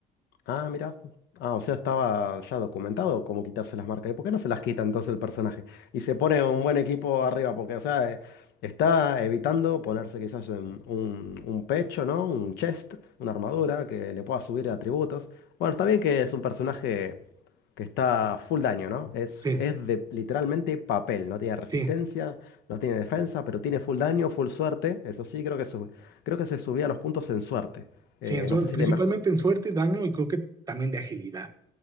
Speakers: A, on the left (about 80°); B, on the right (about 20°).
A: Ah, mira. Ah, o sea, estaba ya documentado cómo quitarse las marcas. ¿Y por qué no se las quita entonces el personaje? Y se pone un buen equipo arriba, porque, o sea, eh, está evitando ponerse quizás un, un- un pecho, ¿no? Un chest, una armadura que le pueda subir atributos. Bueno, está bien que es un personaje que está full daño, ¿no? Es,
B: Sí.
A: es de literalmente papel. No tiene resistencia,
B: Sí,
A: no tiene defensa, pero tiene full daño, full suerte. Eso sí, creo que, su- creo que se subía los puntos en suerte. Eh,
B: sí, en suer-
A: no sé si
B: principalmente
A: le, mej-
B: en suerte, daño y creo que también de agilidad.